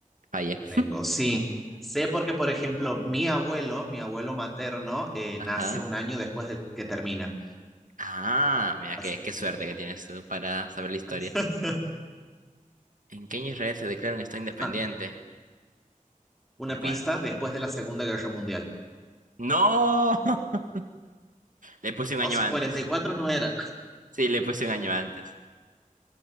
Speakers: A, on the right; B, in the centre.
A: fallé.
B: tengo, sí. Sé porque, por ejemplo, mi abuelo, mi abuelo materno, eh,
A: Ajá.
B: nace un año después de que termina
A: Ah, mira,
B: la
A: qué,
B: Segunda
A: qué suerte
B: Guerra
A: que
B: Mundial.
A: tienes tú para saber la historia.
B: <laughs>
A: ¿En qué año Israel se declara un Estado independiente?
B: También. Una
A: No me acuerdo.
B: pista después de la Segunda Guerra Mundial.
A: ¡No! <laughs> Le puse un
B: O
A: año
B: sea,
A: antes.
B: cuarenta y cuatro no era.
A: Sí, le puse un año antes.